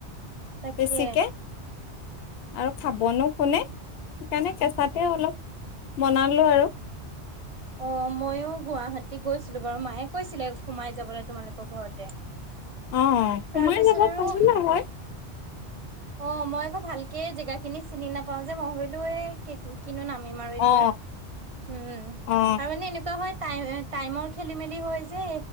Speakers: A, on the right; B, on the left.
A: তাকে।
B: বেছিকে আৰু খাবনো কোনে সেইকাৰণে কেঁচাতে অলপ বনালো আৰু।
A: অঁ ময়ো গুৱাহাটী গৈছিলো বাৰু মায়ে কৈছিলে সোমাই যাবলৈ তোমালোকৰ ঘৰতে।
B: অ সোমাই
A: তাৰপিছত
B: যাব
A: আৰু।
B: পাৰিলে হয়
A: অঁ মই আকৌ ভালকে জেগা খিনি চিনি নাপাওঁ যে মই ভাবিলো এই কেইদিন কিনো নামিম আৰু এতিয়া
B: অ
A: উমঁ।
B: অ
A: এনেকুৱা হয় টাইম টাইমৰ খেলি মেলি হয় যে।